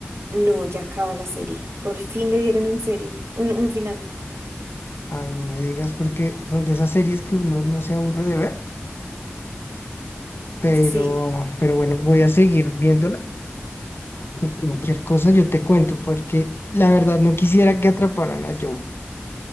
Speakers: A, on the right (about 75°); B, on the left (about 60°).
A: No, ya acaba la serie. Por fin le dieron un serie, un, un final.
B: Ay, no me digas, porque son de esas series que uno no se aburre de ver, pero,
A: Sí.
B: pero bueno, voy a seguir viéndola. Y Cualquier cosa yo te cuento, porque la verdad no quisiera que atraparan a Joe.